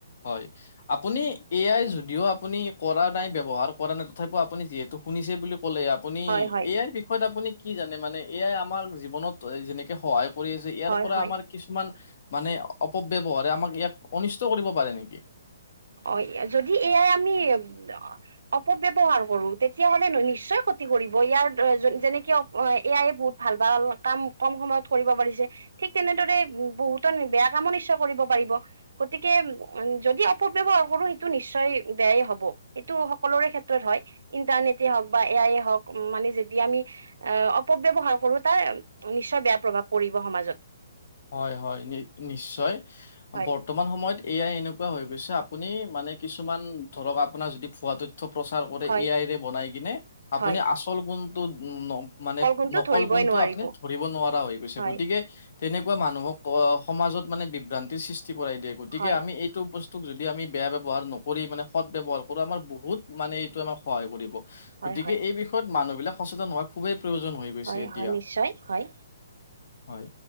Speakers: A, on the left (about 55°); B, on the right (about 85°).
A: হয়। আপুনি এ আই যদিও, আপুনি কৰা নাই ব্যৱহাৰ কৰা নাই, তথাপিও আপুনি যিহেতু শুনিছে বুলি ক'লে ইয়াত। আপুনি,
B: হয় হয়
A: এ আইৰ বিষয়ে আপুনি কি জানে, মানে এ আই আমাৰ জীৱনত যেনেকে সহায় কৰি আছে, ইয়াৰ
B: হয়
A: পৰা
B: হয়
A: আমাৰ কিছুমান মানে অ অপব্যৱহাৰে আমাক ইয়াক অনিষ্ট কৰিব পাৰে নেকি?
B: অ', এ যদি এ আই আমি অ অপব্যৱহাৰ কৰো, তেতিয়া হ'লে ন নিশ্চয় ক্ষতি কৰিব, ইয়াৰ অ যেনেকে অ এ আইয়ে বহুত ভাল ভাল, কাম কম সময়ত কৰিব পাৰিছে। ঠিক তেনেদৰে বহুতন বেয়া কামো নিশ্চয় কৰিব পাৰিব, গতিকে, উম, যদি অপ পব্যৱহাৰ কৰো, সেইটো নিশ্চয় বেয়াই হ'ব, সেইটো সকলোৰে ক্ষেত্ৰত হয়। ইণ্টাৰনেটে হওক বা এ আইয়ে হওক, মানে যদি আমি আহ, অপব্যৱহাৰ কৰো, তাৰ নিশ্চয় বেয়া প্ৰভাৱ পৰিব সমাজত।
A: হয়, হয়, নি নিশ্চয়
B: হয়
A: বৰ তমান সময়ত এ আই এনেকুৱা হৈ গৈছে, আপুনি মানে কিছুমান ধৰক, আপোনাৰ যদি ভুৱাটো থ প্ৰচাৰ কৰে,
B: হয়
A: এ আই বনাই কিনে, আপুনি
B: হয়
A: আচল কোনটো ন মানে
B: গুণটো
A: নকল
B: ধৰিবই
A: কোনটো
B: নোৱাৰিব
A: আপুনি ধৰিব নোৱাৰা হৈ গৈছে,
B: হয়
A: গতিকে তেনেকুৱা মানুহক, অ সমাজত মানে বিভ্ৰান্তিৰ সৃষ্টি কৰাই দিয়ে, গতিকে
B: হয়
A: আমি এই তোক বস্তুক যদি আমি বেয়া ব্যৱহাৰ নকৰি মানে, সদ্ ব্যৱহাৰ কৰোঁ, আমাৰ বহুত মানে এইটো আমাৰ সহায় কৰিব,
B: হয়
A: গতিকে
B: হয়
A: এই বিষয়ত মানুহ বিলাক সচেতন হোৱা খুবেই প্ৰয়োজন হৈ গৈছে
B: হয়
A: এতিয়া,
B: হয় নিশ্চয় হয়
A: হয়।